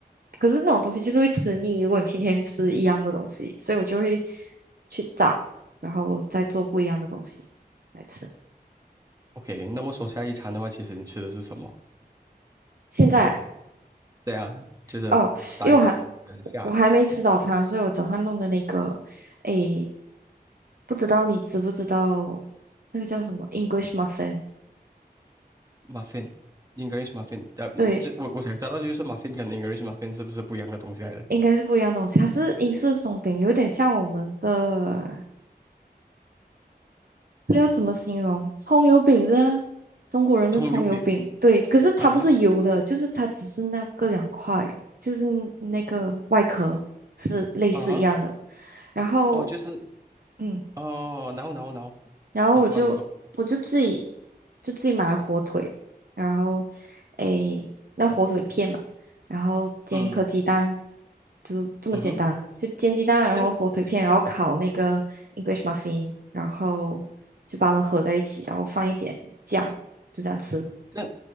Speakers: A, on the right; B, on the right.
A: 可是那种东西就是会吃腻，如果你天天吃一样的东西，所以我就会去找，然后再做不一样的东西来吃。
B: ，OK，那么说下一餐的话，其实你吃的是什么？
A: 现在啊
B: 对啊，就是待会儿等一下
A: 哦，因为我还我还没吃早餐，所以我早上弄的那个，诶，不知道你知不知道那个叫什么 English muffin？
B: muffin English muffin，呃，
A: 对，
B: 这我我想知道就是 muffin 跟 English muffin 是不是不一样的东西来的？
A: 应该是不一样的东西，它是英式松饼，有点像我们的。这要怎么形容？葱油饼是啊，中国人的葱油饼，
B: 葱油饼
A: 对，可是它不是油的，
B: 啊哈
A: 就是它只是那个两块，就是那个外壳是类似一样的。
B: 啊哈，
A: 然后，
B: 哦，就是。
A: 嗯，
B: 哦，然后然后然后，
A: 然后我就我就自己
B: 你说你说，
A: 就自己买了火腿，然后诶，那火腿片嘛，然后煎一颗鸡蛋，
B: 嗯
A: 就这么简单，
B: 嗯哼，
A: 就煎鸡蛋，然后火腿片，
B: 这样
A: 然后烤那个 English muffin，然后就把它们合在一起，然后放一点酱，就这样吃，
B: 这样